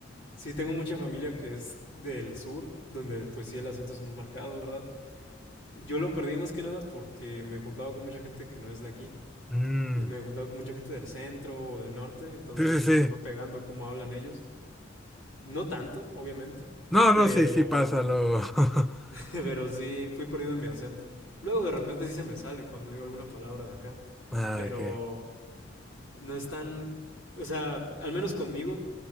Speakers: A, on the left; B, in the centre.
A: sí tengo mucha familia que es del sur, donde pues sí el acento es muy marcado, ¿verdad? Yo lo perdí más que nada porque me juntaba con mucha gente que no es de aquí.
B: Mm,
A: Y Me juntaba con mucha gente del centro o del norte, entonces
B: Sí, sí, sí.
A: se me fue pegando cómo hablan ellos. No tanto, obviamente,
B: No,
A: pero
B: no, sí, sí pasa luego. <laughs>
A: <laughs> Pero sí, fui perdido en mi acento. Luego de repente sí se me sale cuando digo alguna palabra de acá.
B: Ah,
A: Pero
B: ok.
A: no es tan... O sea, al menos conmigo,